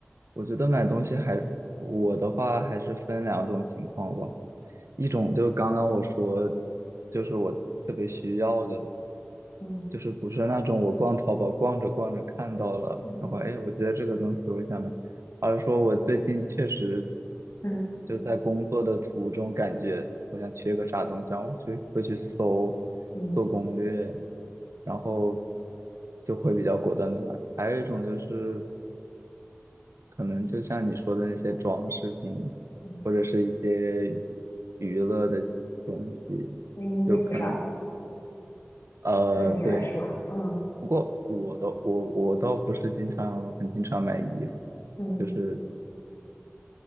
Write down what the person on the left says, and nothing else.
嗯
嗯
嗯
嗯
嗯，
那衣服啥的，
对你来说，嗯
嗯